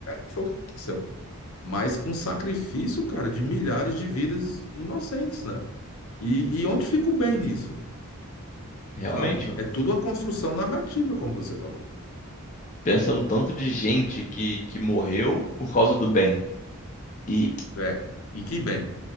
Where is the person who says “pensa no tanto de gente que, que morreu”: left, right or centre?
Left